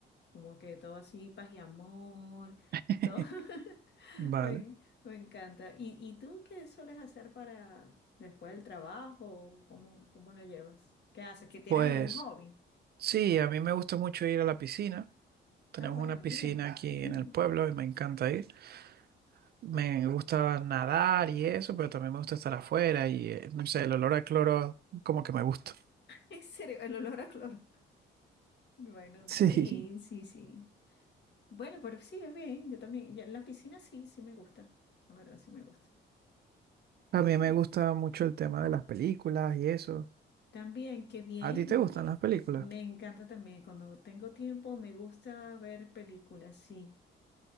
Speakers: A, on the left (about 60°); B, on the right (about 55°).
A: como que todo así, paz y amor,
B: <laughs>
A: todo. <laughs>
B: Vale.
A: Me, en- me encanta. ¿Y, y tú qué sueles hacer para después del trabajo? ¿Cómo, cómo lo llevas? ¿Qué haces? ¿Que tienes
B: Pues
A: algún hobby?
B: sí, a mí me gusta mucho ir a la piscina. Tenemos
A: Ah, bueno,
B: una
A: mira.
B: piscina aquí
A: <laughs> Bien.
B: en el pueblo y me encanta ir. Me gusta nadar y eso, pero también me gusta estar afuera y eh, no sé, el olor a cloro como que me gusta. <laughs>
A: En serio, el olor a cloro. Bueno,
B: Sí.
A: sí, sí, sí. Bueno, pero sí, es bien. Yo también, yo en la piscina sí, sí me gusta. La verdad, sí me gusta. Eh,
B: A mí me gusta mucho el tema de las películas y eso.
A: También, qué bien,
B: ¿A ti te gustan
A: que
B: las películas?
A: me encanta también cuando tengo tiempo, me gusta ver películas, sí.